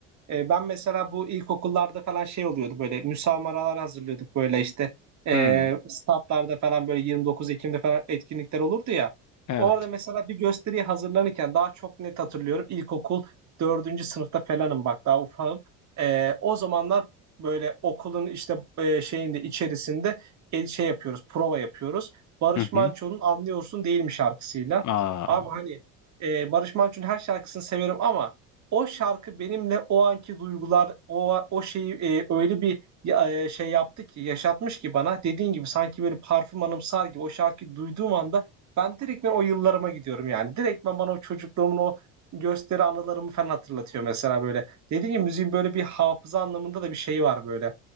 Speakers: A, on the right; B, on the left.
A: E, ben mesela bu ilkokullarda falan şey oluyordu böyle müsamaralar hazırlıyorduk böyle işte e,
B: Hmm,
A: statlarda falan böyle 29 Ekim'de falan etkinlikler olurdu ya.
B: evet.
A: Orada mesela bir gösteriye hazırlanırken daha çok net hatırlıyorum ilkokul dördüncü sınıfta falanım bak daha ufağım. E, o zamanlar böyle okulun işte e, şeyinde içerisinde el şey yapıyoruz prova yapıyoruz. Barış
B: Hı
A: Manço'nun
B: hı.
A: Anlıyorsun Değil mi şarkısıyla.
B: Aa,
A: Abi hani e, Barış Manço'nun her şarkısını severim ama o şarkı benimle o anki duygular, o o şeyi e, öyle bir e, şey yaptı ki, yaşatmış ki bana. Dediğin gibi sanki böyle parfüm anımsar gibi o şarkıyı duyduğum anda ben direktmen o yıllarıma gidiyorum yani. Direktmen bana o çocukluğumun o gösteri anılarımı falan hatırlatıyor mesela böyle. Dediğim gibi müziğin böyle bir hafıza anlamında da bir şey var böyle.